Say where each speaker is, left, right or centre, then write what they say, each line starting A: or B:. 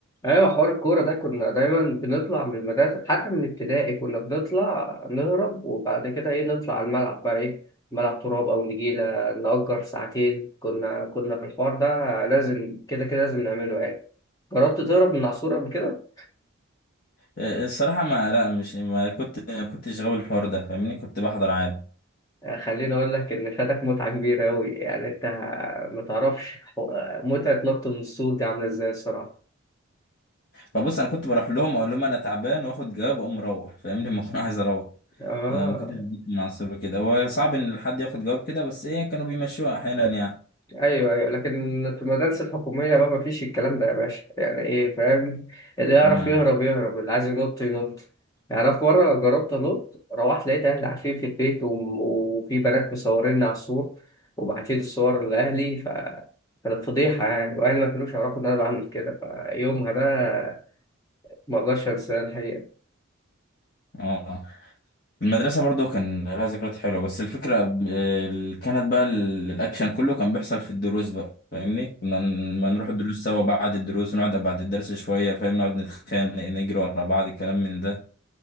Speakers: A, on the left (about 15°); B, on the left (about 45°).
A: ايوه حوار الكورة ده كنا دايما بنطلع من المدرسة حتى من ابتدائي كنا بنطلع نهرب وبعد كده ايه نطلع على الملعب بقى ايه ملعب تراب او نجيلة نأجر ساعتين كنا كنا في الحوار ده لازم كده كده لازم نعمله يعني جربت تهرب من العصور قبل كده؟
B: آه، الصراحه ما لا مش ما كنت ما كنتش غاوي الحوار ده فاهمني كنت بحضر عادي
A: آه، خليني أقول لك إن فاتك متعة كبيرة أوي يعني أنت ما تعرفش حو- متعة نط من السور دي عاملة إزاي الصراحة.
B: فبص انا كنت بروح لهم اقول لهم انا تعبان واخد جواب واقوم مروح فاهمني <laughs> لما اكون عايز اروح
A: آه
B: آه، ما كنتش بجيب من عصره كده هو صعب ان حد ياخد جواب كده بس ايه كانوا بيمشوها احيانا يعني
A: أيوه أيوه لكن في المدارس الحكومية بقى مفيش الكلام ده يا باشا يعني إيه فاهم اللي يعرف
B: امم
A: يهرب يهرب اللي عايز ينط ينط يعني أنا في مرة جربت أنط روحت لقيت أهلي عارفين في البيت وم- وفي بنات مصوريني على السور وبعتين الصور لأهلي ف كانت فضيحة يعني وأهلي ما كانوش يعرفوا إن أنا بعمل كده فيومها ده ما اقدرش انساه الحقيقه
B: اه المدرسه برضو كان لها ذكريات حلوه بس الفكره ب- ال- كانت بقى ال- الاكشن كله كان بيحصل في الدروس بقى فاهمني كنا ن- ما نروح الدروس سوا بعد الدروس ونقعد بعد الدرس شويه فاهم نقعد نتخانق نجري ورا بعض الكلام من ده